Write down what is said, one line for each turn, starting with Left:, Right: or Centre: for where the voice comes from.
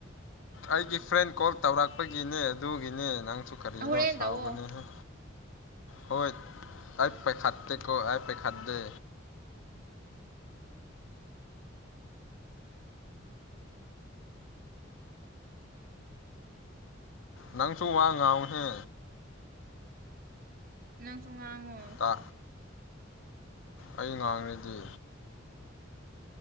Left: ꯑꯩꯒꯤ ꯐ꯭ꯔꯦꯟ ꯀꯣꯜ ꯇꯧꯔꯛꯄꯒꯤꯅꯦ ꯑꯗꯨꯒꯤꯅꯦ ꯅꯪꯁꯨ ꯀꯔꯤꯅꯣ
Right: ꯍꯣꯔꯦꯟ
Left: ꯁꯥꯥꯎꯒꯅꯦ
Right: ꯇꯧꯋꯣ
Left: ꯍꯥꯏ ꯍꯣꯏ ꯑꯩ ꯄꯩꯈꯥꯗꯇꯀꯣ ꯑꯩ ꯄꯥꯢꯈꯥꯠꯗꯦ ꯅꯪꯁꯨ ꯋꯥ ꯉꯥꯡꯉꯨꯍꯦ
Right: ꯅꯪꯁꯨ ꯉꯥꯡꯉꯣ
Left: ꯇꯥ ꯑꯩ ꯉꯥꯡꯔꯗꯤ